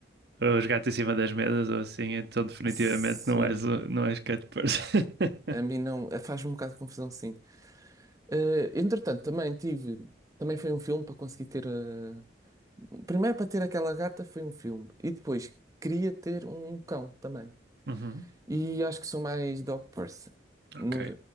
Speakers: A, on the right; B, on the right.
A: os gatos em cima das mesas ou assim, então definitivamente
B: sim,
A: não és, o- não és cat person. <laughs>
B: a mim não. eh, Faz-me um bocado de confusão, sim. Ah, entretanto, também tive. Também foi um filme para conseguir ter. ah, Primeiro, para ter aquela gata, foi um filme. E depois, queria ter um cão também.
A: Uhum.
B: E acho que sou mais dog person.
A: Ok,
B: No-